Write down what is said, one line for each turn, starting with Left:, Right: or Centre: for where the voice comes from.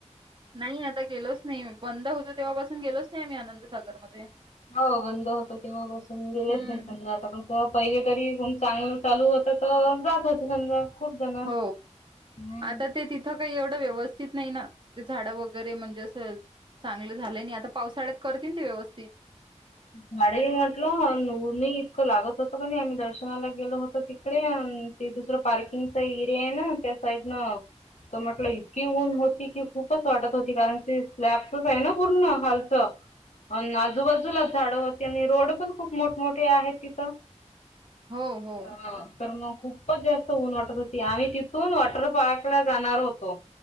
Right: नाही आता गेलोच नाही बंद होतो तेव्हापासून गेलोच नाही आम्ही आनंदसागरमध्ये.
Left: हो बंद होत तेव्हा बसून गेलेच
Right: हम्म.
Left: नाही समजा आता कसं पहिले तरीन चांगलं चालू होत. त जात होते समजा. खूप जण.
Right: हो
Left: हम्म.
Right: आता ते तिथ. थ काही एवढं व्यवस्थित नाही ना ते झाडं वगैरे म्हणजे असं. चांगले झाले नाही आता पावसाळ्यात करतील ते व्यवस्थित.
Left: झाडेही म्हटलं उऊरूनही इतकं लागत होतं का नाही आम्ही दर्शनाला गेलो होतो तिकडे आन ते दुसरं पार्किंगचा एरिया आहे ना त्या साइडन. तर म्हटलं इतकी ऊन होती कि खूपच वाटत होती कारण ते स्लॅबचच आहे ना पूर्ण खालचं. अ आजूबाजूला झाडं होती आणि रोड पण खूप मोठमोठे आहेत तिथं.
Right: हो हो
Left: अ तर मग. खूपच जास्त ऊन वाटत होती आम्ही तिथून वॉटर पार्क ला जाणार होतो.